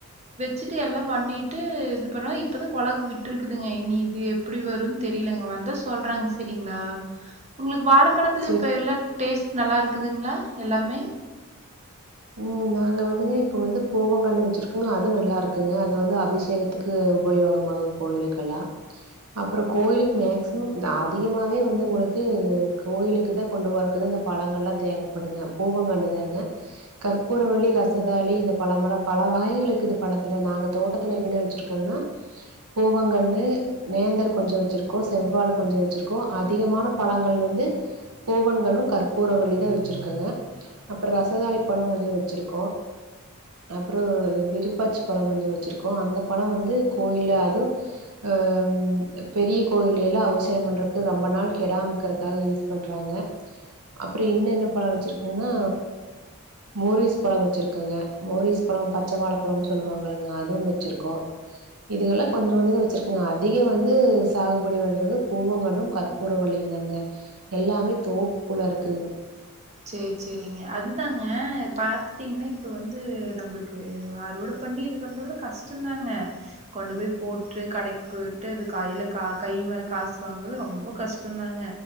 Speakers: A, on the right; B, on the right.
A: வெச்சுட்டு எல்லா பண்ணிட்டு இது பண்ண இப்பதா கொல விட் விட்ருக்குதுங்க இனி இது எப்டி வருன் தெரிலங்க வந்தா சொல்றங் செரிங்ளா உங்ளுக்கு வாழ ப்பழத்துல
B: சரி
A: இப்ப எல்லா டேஸ்ட் நல்லாருக்குதுங்ளா எல்லாமே
B: ம் நாங்க வந்துங்க இப்ப வந்து பூவங்கன்னு வெச்சிருக்கங்க அது நல்லாருக்குங்க அது வந்து அபிஷேகத்துக்கு உபயோகமாகு கோயிலுக்கெல்லா அப்றோ கோயிலுக்கு மேக்சிமம் அதிகமாவே வந்து உங்களுக்கு கோயிலுக்கு தா கொண்டு போறக்குதா இந்த பழங்கள்லா தேவப்படுங்க பூவங்கன்னு தாங்க கற்பூரவள்ளி ரஸதாளி இந்த பழமெலா பல வகைகள் இருக்குது பழத்துல நாங்க தோட்டத்துல என்னென்ன வெச்சிருக்கங்னா பூவங்கன்னு நேந்தர் கொஞ்சோ வெச்சிருக்கோ செவ்வாழ கொஞ்ச வெச்சிருக்கோ அதிகமான பழங்கள் வந்து பூவங்கன்னு கற்பூரவல்லிதா வெச்சிருக்கங்க அப்பற ரசதாளி பழங்கொஞ்சோ வெச்சிருக்கோ அப்ற விருப்பாச்சி பழ கொஞ்சோ வெச்சிருக்கோ அந்த பழ வந்து கோயில்ல அது ஆ பெரிய கோயில்லய்லா அவிசேக பண்றக்கு ரொம்ப நாள் கெடமாக்கிறக்காக யூஸ் பண்றாங்க அப்றோ இன்னு என்ன பழ வெச்சிருக்கேனா மோரிஸ் பழ வெச்சிருக்கங்க மோரிஸ் பழ பச்ச வாழப்பழன் சொல்லுவாங்கல்லங்க அதுவு வச்சிருக்கோ இதுகெல்லா கொஞ்ச கொஞ்சந்தா வெச்சிருக்கங்க அதிக வந்து சாகுபடி பண்றது பூவங்கண்ணு கற்பூர வள்ளியு தானுங்க எல்லாமே தோப்புக்குள்ள இருக்குதுங்
A: சேர் சேரிங்க அதுதாங்க பாத்துட்டிங்னா இப்ப வந்து நம்ளுக்கு அறுவடை பண்ணி இது பண்றதுல கஷ்டந்தாங்க கொண்டு போய் போட்டு கடைக்கு போய்ட்டு அது கைல கா கை மேல காசு வாங்கறது ரொம்ப கஷ்டந்தாங்க